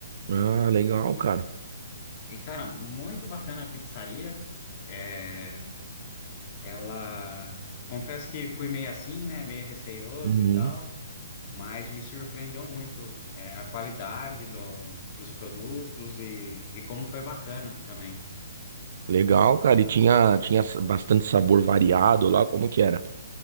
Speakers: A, on the right (about 55°); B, on the left (about 40°).
A: Ah, legal,
B: E,
A: cara.
B: e, cara, muito bacana a pizzaria. É, ela. Confesso que fui meio assim, né? Meio receioso
A: Uhum.
B: e tal. mas me surpreendeu muito é, a qualidade do, dos produtos e, e como foi bacana também.
A: Legal, cara. E tinha, tinha s- bastante sabor variado lá, como que era?